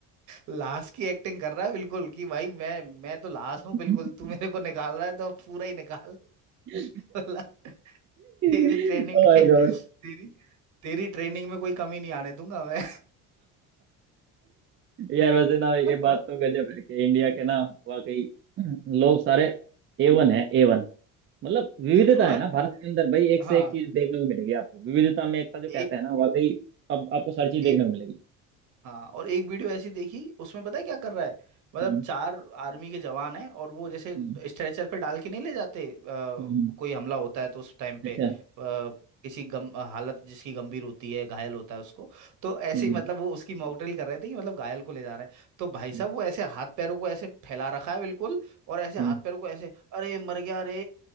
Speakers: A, on the right; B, on the right.
A: लाश की एक्टिंग कर रहा है बिल्कुल कि भाई मैं मैं तो लाश
B: <laughs>
A: हूँ बिल्कुल तू मेरे को निकाल रहा है तो अब पूरा ही निकाल
B: ओ
A: <laughs> तेरी
B: माय
A: ट्रेनिंग में
B: गॉड
A: तेरी तेरी ट्रेनिंग में कोई कमी नहीं आने दूंगा मैं
B: यार वैसे ना ये
A: <laughs> और
B: बात तो गजब है कि इंडिया के ना वाकई लोग सारे ए वन है ए वन मतलब विविधता
A: और
B: है ना भारत के अंदर भाई एक
A: हाँ
B: से एक चीज देखने को मिलेगी आपको विविधता में एकता जो कहते
A: एक
B: हैं ना वाकई अब आपको सारी चीज देखने
A: एक
B: को मिलेगी
A: हाँ और एक वीडियो ऐसी देखी उसमें पता है क्या कर रहा है मतलब
B: हम्म
A: चार आर्मी के जवान हैं और वो जैसे
B: हम्म
A: स्ट्रेचर पे डाल के नहीं ले जाते अ,
B: हम्म,
A: कोई हमला होता है तो उस टाइम
B: अच्छा
A: पे अ, किसी गम हालत जिसकी गंभीर होती है घायल होता है उसको तो ऐसे
B: हम्म
A: ही मतलब वो उसकी मॉक ड्रिल कर रहे थे कि मतलब घायल को ले जा रहे हैं तो भाई साहब
B: हम्म
A: वो ऐसे हाथ पैरों को ऐसे फैला रखा है बिल्कुल और ऐसे हाथ
B: हम्म,
A: पैरों को ऐसे अरे मर गया रे